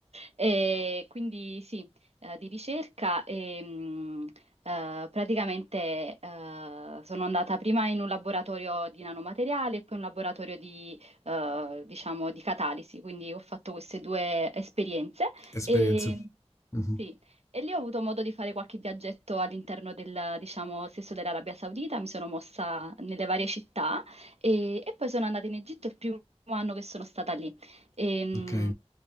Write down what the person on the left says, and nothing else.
esperienze.
Mhm.
Ok.